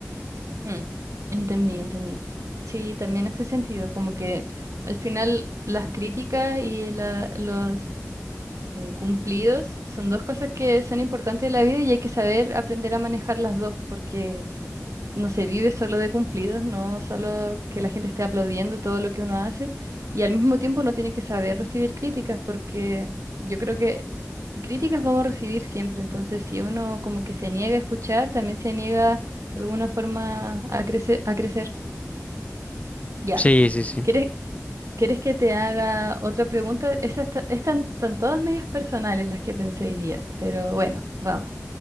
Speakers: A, on the right; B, on the left.
A: Mm, entendí, entendí. Sí, también hace sentido, como que al final las críticas y la, los eh, cumplidos son dos cosas que son importantes de la vida y hay que saber aprender a manejar las dos, porque no se vive solo de cumplidos, no solo que la gente esté aplaudiendo todo lo que uno hace, y al mismo tiempo uno tiene que saber recibir críticas, porque yo creo que críticas vamos a recibir siempre, entonces si uno como que se niega a escuchar, también se niega de alguna forma a crecer, a crecer. Ya.
B: Sí, sí, sí.
A: ¿Quieres, ¿Quieres que te haga otra pregunta? Esas ta- están, están todas medias personales las que pensé hoy día, pero bueno, vamos.